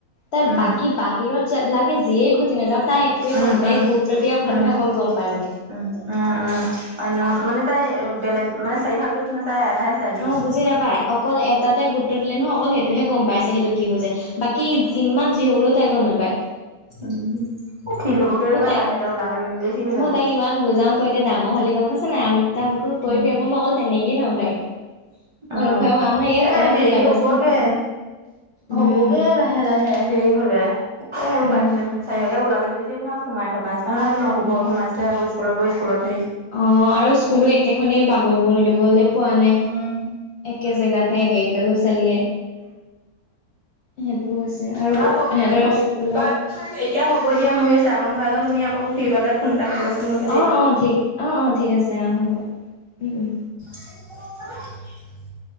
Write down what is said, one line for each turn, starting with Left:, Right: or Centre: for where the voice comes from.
Left: তাত
Right: উম
Left: বাকী বাহিৰত লাগে যিয়ে ঘটি নাযাওক তাই একোৱেই
Right: উম
Left: গম নাপায়
Right: উম
Left: এই গুৰুত্ব দিয়া কথাটোহে
Right: উম
Left: অকল গম পায় মানে।
Right: উম উম উম অন্য মানে তাই বেলেগ মানে চাৰিফালটো নাচাই এটাহে চাই দি
Left: অ বুজি নেপাই, অকল এটাতে গুৰুত্ব দিলে নহয় অকল সেইটোহে গম পাইছে সেইটো কি হৈছে। বাকী যিমান যি হৈগলেও তাই গম নেপায়।
Right: উম ঠিক হবগে
Left: মই
Right: ৰ'বা
Left: তাই
Right: বাহিৰলে ওলালে মেলিলে ঠিক হৈ
Left: মই
Right: যাব।
Left: তাইক ইমান বুজাও তই এতিয়া ডাঙৰ হলি গম পাইছা নাই, আমুক তামুকো কৰিবি
Right: উম
Left: আকৌ মই অকল তেনেকেই কৈ থাকোঁ তাইক।
Right: অ
Left: অনুপ খুৰাই কয় আমাক এই অকমান
Right: এ হেৰি
Left: শিকাবাচোন
Right: হব
Left: শিকাবা
Right: গে
Left: উম
Right: হ'বগে লাহে লাহে হেৰি হলে, এ আৰু
Left: উম
Right: বাহিৰলে চাৰিওফালে ওলালে মেলিছে টো আও সোমাই থকা নিচনা <unintelligible> <inaudible> ঘৰত
Left: অ',
Right: সোমাইছে আকৌ স্কুলত গৈ স্কুলত সেই
Left: অ আৰু স্কুলো একেখনেই বাগৰিব মেলিবলে। পোৱা নাই
Right: উম
Left: একে
Right: উম
Left: জেগাতে একেগেইটা লৰা ছোালীয়ে। সেইটো হৈছে আৰু
Right: বা
Left: সিহঁতৰ
Right: হ'ব হ'ব
Left: স্কুলৰ
Right: বা এতিয়া হ'ব দিয়া মই এই চাহ কণ ভৰাই লওঁ, তুমি আকৌ ফ্ৰী পালে ফোন এটা কৰিবাচোন মোক।
Left: অ অ ঠিক অ অ ঠিক আছে অ হ'ব উম উম্।
Right: <inaudible>